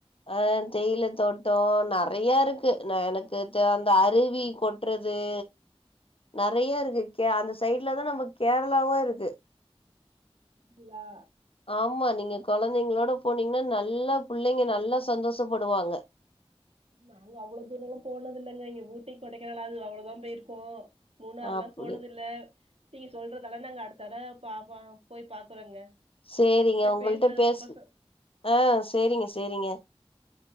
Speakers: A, on the left; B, on the right.
A: அ தேயில தோட்டோ நர் நறையா இருக்கு நா எனக்கு தேந்த அருவி கொட்டுறது நறைய இருக்கு கே அந்த சைட்லதா நம்க்கு கேரளாவு இருக்கு
B: இல்லா
A: ஆமா நீங்க கொழந்தைங்ளோட போனீங்கன்னா நல்லா பிள்ளைங்க நல்லா சந்தோஷப்படுவாங்க
B: நாங்க அவ்வுளோ தூரலா போனது இல்லங்க இங்க ஊட்டி கொடைக்கலாவது அவ்ளோதா போயிருக்கோ மூணாறு எல்லா
A: அப்டி
B: போனது இல்ல நீங்க சொல்றதாலாம் நாங்க அடுத்தட பா போய் பாக்குறோங்க
A: சேரிங்க உங்கள்ட்ட
B: பேசுனது
A: பேச
B: ரொம்ப ச
A: அ சேரிங்க சேரிங்க